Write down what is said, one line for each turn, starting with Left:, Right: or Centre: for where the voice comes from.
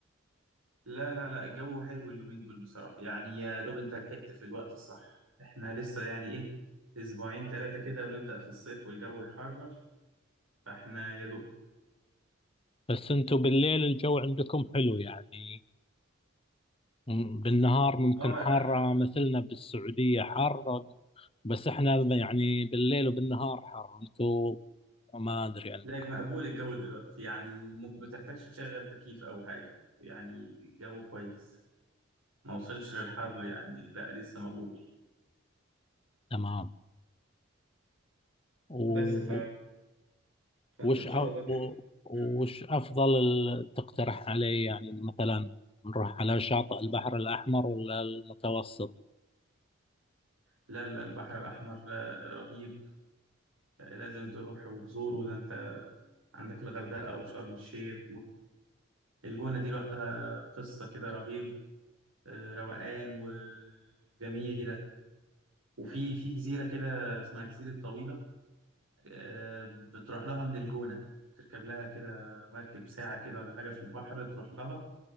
Right: لا لا لا الجو حلو اليومين دول بصراحة يعني يا دوب انت لحقت في الوقت الصح احنا لسه يعني ايه اسبوعين ثلاثة كده ونبدأ في الصيف والجو يحرر فاحنا يا دوب
Left: بس انتوا بالليل الجو عندكم حلو يعني مم، بالنهار ممكن
Right: اه
Left: حارة
Right: لا
Left: مثلنا بالسعودية حر بس احنا يعني بالليل وبالنهار حر انتوا ما ادري عندكم
Right: لا مقبول الجو دلوقتي يعني م- ما تحتاجش تشغل تكييف او حاجة يعني الجو كويس ما وصلش للحر يعني لا لسه مقبول
Left: تمام و-
Right: بس ف... فانت
Left: وش
Right: ان شاء
Left: أ-
Right: الله كده
Left: و- وش
Right: مم.
Left: افضل ال- تقترح علي يعني مثلا نروح على شاطئ البحر الاحمر ولا المتوسط
Right: لا لا البحر الأحمر لا رهيب لازم تروح وتزوره ده انت عندك الغردقة وشرم الشيخ الجونة دي لوحدها قصة كده رهيبة آه، روقان وجميلة وفي في جزيرة كده اسمها جزيرة طويلة آه، بتروح لها من الجونة تركب لها كده مركب ساعة كده ولا حاجة في البحر تروح لها